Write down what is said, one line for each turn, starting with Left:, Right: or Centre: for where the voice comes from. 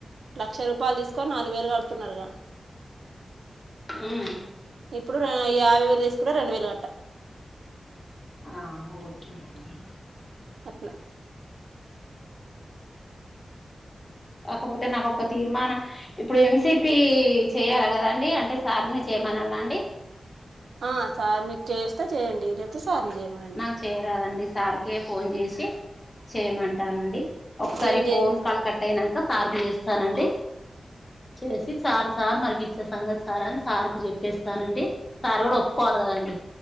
Right: లక్ష రూపాయలు తీసుకొని నాలుగు వేలు కడుత్ చెప్తున్నారుగా
Left: హ్మ్మ్
Right: ఇప్పుడు యాభై వేలు ఎసుకున్నా రెండు వేల
Left: ఆహ ఓకే అండి
Right: అట్లా
Left: కాకపోతే నాకు ఒక తీర్మానం ఇప్పుడు ఎంసిపి చేయాల కదండి అంటే సార్ని చేయమనాలా అండి
Right: ఆ సార్మి కే వత్తే చేయండి సార్ని చేయమనండి
Left: నాకు చేయరామండి స్ సార్కే ఫోన్ చేసి చేయమంటానండి ఒకసారి
Right: నేను చేయను
Left: ఫోన్ కాల్ కట్ అయినాంక సార్కు చేస్తానండి చేసి సారు సార్ మరి గిట్ల సంగతి సార్ అని సార్కు చెప్పేస్తానండి సారు కూడా ఒప్పుకోవాల్ల కదండి